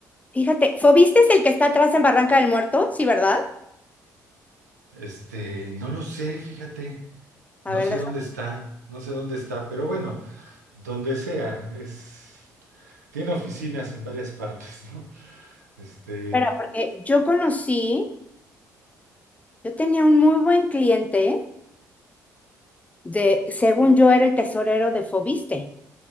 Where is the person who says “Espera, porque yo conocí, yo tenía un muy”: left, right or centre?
Left